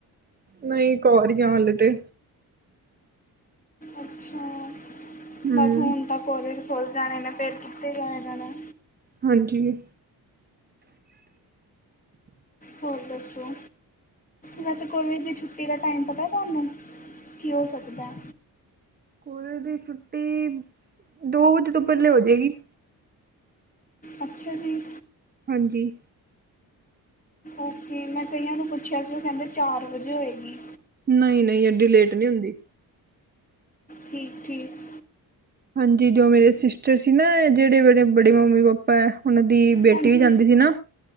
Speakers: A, on the right; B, on the left.
A: ਨਹੀਂ ਘਰ ਹੀ ਆ ਹਾਲੇ ਤੇ
B: ਅੱਛਾ
A: ਹਮ
B: ਬਸ ਹੁਣ ਤਾਂ ਕੋਲੇਜ ਖੁੱਲ੍ਹ ਜਾਣੇ ਨੇ, ਫੇਿਰ ਕਿੱਤੇ ਜਾਯਾ ਜਾਣਾ।
A: ਹਾਂਜੀ।
B: ਹੋਰ ਦੱਸੋ। ਵੈਸੇ ਕੋਲਜ ਦੀ ਛੁੱਟੀ ਦਾ ਟਾਈਮ ਪਤਾ ਤੁਹਾਨੂੰ, ਕੀ ਹੋ ਸਕਦਾ?
A: ਕੋਲੇਜ ਦੀ ਛੁੱਟੀ, ਦੋ ਵਜੇ ਤੋਂ ਪਹਿਲੇ ਹੋ ਜਾਏਗੀ।
B: ਅੱਛਾ ਜੀ।
A: ਹਾਂਜੀ।
B: ਓਕੇ, ਮੈਂ ਕਈਆਂ ਨੂੰ ਪੁੱਛਿਆ ਸੀ, ਉਹ ਕਹਿੰਦੇ ਚਾਰ ਵਜੇ ਹੋਏਗੀ।
A: ਨਹੀਂ-ਨਹੀਂ ਐਡੀ ਲੇਟ ਨਹੀਂ ਹੁੰਦੀ।
B: ਠੀਕ-ਠੀਕ।
A: ਹਾਂਜੀ, ਜੋ ਮੇਰੇ ਸਿਸਟਰ ਸੀ ਨਾ ਜਿਹੜੇ ਮੇੜੇ ਬੜੇ ਮੰਮੀ ਪਾਪਾ ਏ। ਉਹਨਾਂ ਦੀ ਬੇਟੀ
B: ਹਾਂਜੀ
A: ਵੀ ਜਾਂਦੀ ਸੀ ਨਾ